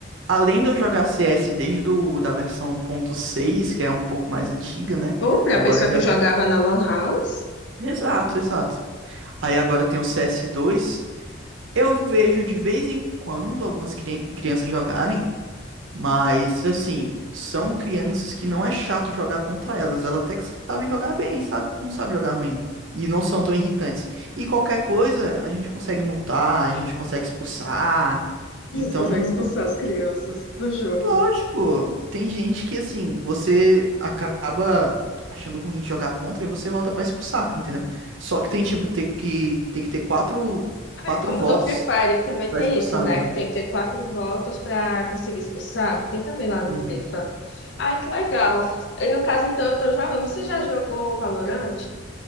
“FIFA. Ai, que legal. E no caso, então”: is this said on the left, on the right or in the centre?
Left